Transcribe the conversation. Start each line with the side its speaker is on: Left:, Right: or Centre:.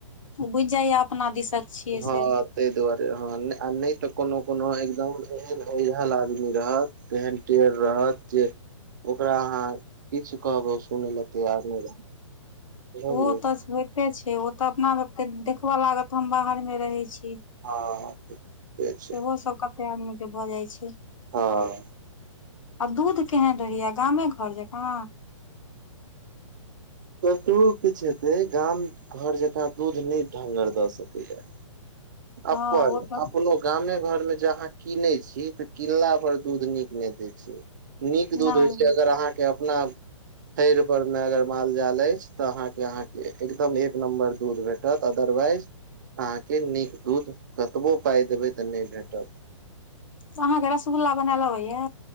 Left: बुझि जाईया अपना दिसक छियै
Right: हं
Left: से
Right: तय दुआरे हं आ नय तऽ कोनो कोनो एकदम एहन ओरियेल आदमी रहत तेहेन टेर रहत जे ओकरा अहाँ किछ कहबै सुनै ले तैयार नय रहत बुझलियै
Left: ओ तऽ होइते छय ओ तऽ अपना आपके देखबऽ लागत हम बाहर मे रहय छी
Right: हँ से छै
Left: सेहो सब कते आदमी के भऽ जाइ छय
Right: हं
Left: आ दूध केहैन रहया गामे घर जका
Right: कतो किछु हेते गांम घर जका दूध नै ढ्ंगर द सकइ या। अपन
Left: हँ ओ तऽ
Right: अपनो गांम घर में ज अहाँ कीनय छी तऽ किनला पर दूध नीक ने दैय छैय। नीक दूध
Left: नहि
Right: होइ छैय अगर अहाँ के अपना। थैयर पर में अगर माल जाल अछि ते अहाँ के अहाँ के एकदम एक नम्बर दूध भेटत। दत अदरवाइज अहाँके नीक दूध कतबो पाइ देबय तऽ नहि भेटत।
Left: तऽ अहाँके रसगुल्ला बनेल आबया।